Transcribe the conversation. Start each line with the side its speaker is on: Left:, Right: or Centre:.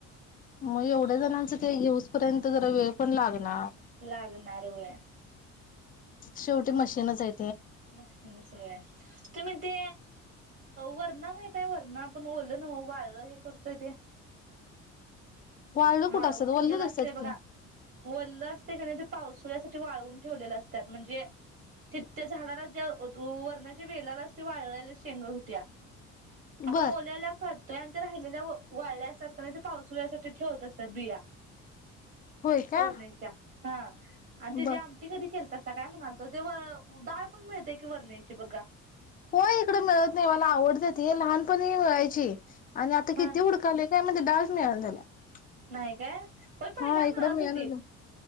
Left: मग एवढ्या जणांचं ते येऊस पर्यंत जरा वेळ पण लागणार
Right: लागणारय
Left: शेवटी मशीनच य
Right: मशन <unintelligible> सोय तुम्ही ते वरणा माहित आहे वरणा पण ओलं ना वाळ हे करतोय ते
Left: वाळलं कुठं
Right: वाळउन
Left: असतात
Right: ठेवलेलं
Left: वल्लेच असतात
Right: असते बघा
Left: की.
Right: वलं असते क नाही पावसाळ्यासाठी वाळवून ठेवलेले असतात म्हणजे ति त्या झाडालाच ज्या वरणाच्या वेळेलाच ते वाळयल्या शेंग हुत्या आपण
Left: बर
Right: ओल्याला करतोय आणि ते राहिलेल्या वाळल्या असतात कार <unintelligible> नाही ते पावसळसाठी ठेवत असतात बिया
Left: होय का
Right: वरण्याच्या हा आणि तेजी
Left: बर.
Right: आमटी कधी के तसा काय म्हणालत ते व डाळ पण मिळते की वरण्याची बघा
Left: होय इकड मिळत नाही मला आवडत त हे लहानपणी मिळायची आणि आता
Right: हा
Left: किती उडकालोय म डमिला <unintelligible>
Right: नाही काय होय पहिला
Left: हा इकडं
Right: मिळत
Left: मिळणच
Right: होती